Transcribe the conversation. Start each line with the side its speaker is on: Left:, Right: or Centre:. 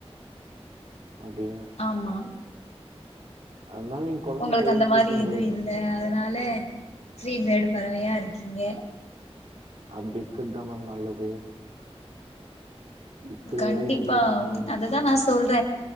Right: அப்டின்னு
Left: ஆமா
Right: அதனால நீங்க கொழந்தைய
Left: உங்களுக்கு
Right: கையோட
Left: அந்த மாரி
Right: கூட்டுன்னு
Left: இது
Right: போயிடுங்க
Left: இல்ல அதனால ஃப்ரி பேடு பறவையா இருக்கீங்க
Right: அப்டி கிற்தா மேம் நல்லது இருக்கிற
Left: கண்டிப்பா
Right: வரையு என்ஜாய் பண்ணு
Left: ம்
Right: மேம்
Left: அததா நா சொல்ற